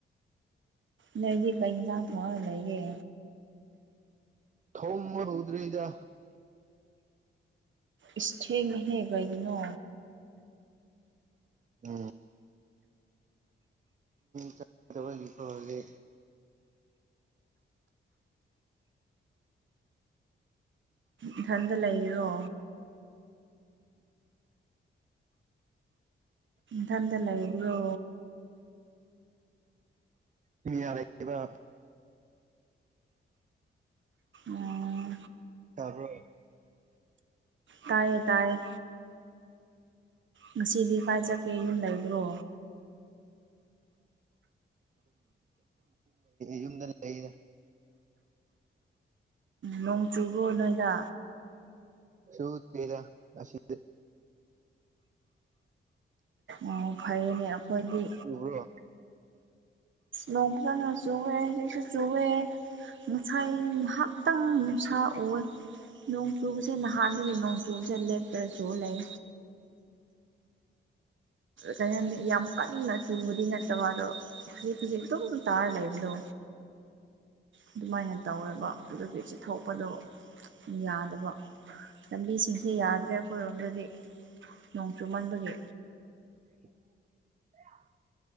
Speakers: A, on the right (about 65°); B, on the right (about 35°).
A: ꯂꯩꯗꯤ ꯀ ꯏꯖꯥ ꯊ ꯂꯩꯒꯦ
B: ꯊꯧ ꯍ ꯍꯧꯗ꯭ꯔꯔꯤ ꯏꯗ
A: ꯏꯁꯦꯡꯍꯦꯕꯒꯤꯅꯣ
B: ꯎꯝ ꯆꯠ ꯇꯕꯅꯤ ꯀꯍꯦ
A: ꯏꯊꯟꯇ ꯂꯩꯔꯣ ꯊꯥꯟꯗ ꯂꯒꯦꯕ꯭ꯔꯣ
B: ꯃꯤ ꯌꯥꯔꯕ
A: ꯎꯝ
B: ꯇꯥꯔꯕꯣ
A: ꯇꯥꯏꯌꯦ ꯇꯥꯏꯌꯦ ꯉꯁꯤꯗꯤ ꯀꯥꯏ ꯆꯠꯀꯦ ꯌꯨꯝ ꯂꯩꯕ꯭ꯔꯣ
B: ꯌꯨꯝꯗ ꯂꯩ
A: ꯅꯣꯡ ꯆꯨꯕ ꯅꯣꯏꯗ
B: ꯁꯨꯔ ꯑꯁꯤ
A: ꯑꯣ ꯐꯩꯌꯦꯅꯦ ꯑꯩꯈꯣꯏꯗꯤ
B: ꯎꯕ꯭ꯔꯣ
A: ꯂꯣꯡꯄ꯭ꯔꯊꯅꯁꯨꯨꯦꯁꯨ ꯆꯨ ꯉꯁꯥꯏ ꯉꯥꯏꯍꯥꯛꯇꯪ ꯅꯨꯡꯁꯥ ꯑꯣꯏ ꯅꯣꯡꯆꯨꯕꯁꯦ ꯅꯍꯥꯟꯗꯒꯤ ꯅꯣꯡꯆꯨꯕꯁꯦ ꯂꯦꯞꯄꯗꯁꯨ ꯂꯩ ꯀꯩꯅꯣꯅꯤ ꯌꯥꯝ ꯀꯟꯅ ꯆꯨꯕꯗꯤ ꯅꯠꯇꯕ ꯑꯗꯣ ꯍꯧꯖꯤꯛ ꯍꯧꯖꯤꯛ ꯑꯗꯨꯝ ꯇꯥꯔ ꯂꯩꯕꯗꯣ ꯑꯗꯨꯃꯥꯏꯅ ꯇꯧꯋꯦꯕ ꯑꯗꯨꯒꯤ ꯆꯤꯊꯣꯛꯄꯗꯣ ꯌꯥꯗꯕ ꯂꯝꯕꯤꯁꯤꯡꯁꯦ ꯌꯥꯗ꯭ꯔꯦ ꯑꯩꯈꯣꯏꯔꯣꯝꯗꯗꯤ ꯅꯣꯡ ꯆꯨꯃꯟꯕꯒꯤ
B: <inaudible>